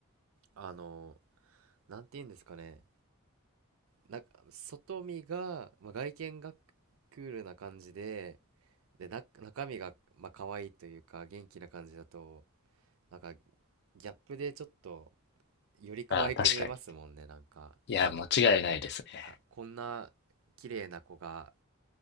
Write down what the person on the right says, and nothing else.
あのなんて言うんですかねなんか外見が、まあ、外見がクールな感じででな中身がまあ可愛いというか元気な感じだとなんかギャップでちょっとより可愛く見えますもんねなんか
なんかこんな綺麗な子が